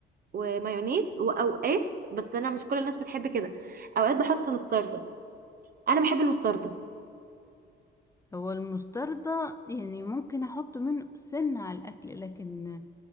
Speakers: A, on the right; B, on the left.
A: ومايونيز واوقات بس انا مش كل الناس بتحب كده اوقات بحط مستردة انا بحب المستردة
B: هو المستردة يعني ممكن احط منه سنة على الاكل لكن